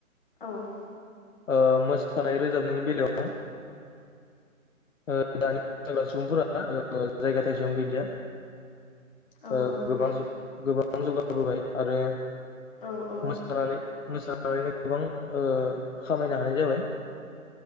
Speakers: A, on the left; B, on the left.
A: औ
B: ओ मोसानाय रोजाबनायनि बेलायाव ओ दानि <unintelligible> सुबुंफोरा ओ जायगा थाइसेवानो गैलिया
A: औ
B: ओ
A: औ
B: गोबां जु गोबां बां जौगाबोबाय आरो
A: औ
B: मोसानानै मोसा <unintelligible> गोबां खामायनो हानाय जाबाय